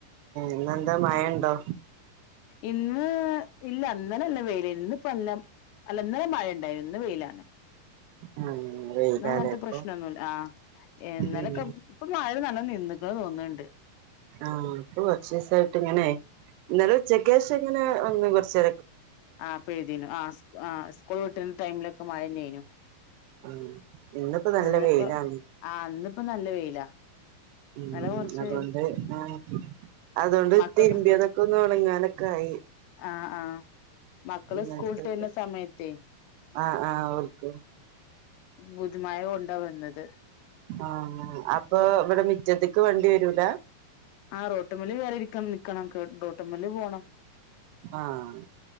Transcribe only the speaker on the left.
ഇന്ന് ഇല്ല അന്നനല്ല വേ ന്ന് പല്ലം അല്ലന്നരം മഴ ഉണ്ടായിന്ന് വെയിലാണ്
അങ്ങനത്തെ
പ്രശ്നമൊന്നുമ ആ എന്നലൊക്കെ
ഇപ്പൊ മഴ നല്ല നിക്കാ തോന്നുന്നുണ്ട്
ആ പഴതീന ആ ആ കൊഴെട്ട ടൈമിലൊക്കെ മഴ നനു
ഇന്നപ്പോ
ആ ഇപ്പൊ നല്ല വെയിലാ
ഇന്നലെ കൊറച്ച്
മക്കൾ
ആഹ് ആഹ് മക്കള്
സ്കൂളിട്ട് വരുന്ന സമയത്തേ
ബുദ്ധിമ കൊണ്ട വുന്നത്
ആ റോട്ടുമലി വറിരിക്കണം നിക്കണം ഡോട്ടമ്മല്ലല് പോണം